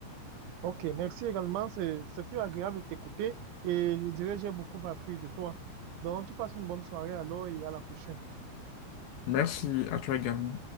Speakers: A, on the right (about 75°); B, on the left (about 70°).
A: Ok, merci également. C'est- Ce fut agréable de t'écouter et je dirais j'ai beaucoup appris de toi. Donc, tu passes une bonne soirée alors et à la prochaine.
B: Merci à toi également.